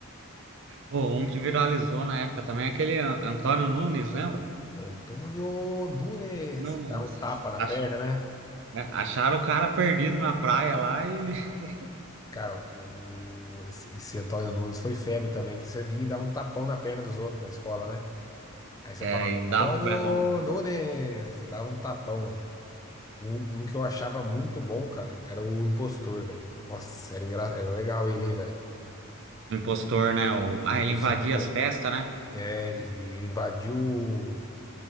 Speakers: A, on the right (about 55°); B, on the left (about 15°).
A: Pô, um que viralizou na época também, aquele An- Antônio Nunes, lembra?
B: Antônio Nunes,
A: Nunes.
B: que dava um tapa na
A: Ach-
B: perna, né?
A: é, Acharam o cara perdido na praia lá e. <laughs>
B: Cara, o, o- esse, esse Antônio Nunes foi febre também, que você vinha e dava um tapão na perna dos outros na escola, né? Aí você
A: É,
B: falava,
A: e
B: Antônio
A: dava o berrão.
B: Nunes, você dava um tapão, velho. Um, um que eu achava muito bom, cara, era o impostor, velho. Nossa, era, engra... era legal ele, hein, velho.
A: O impostor, né? O... Ah,
B: Ele
A: ele
B: conseguia.
A: invadia as festas, né?
B: É, e invadiu o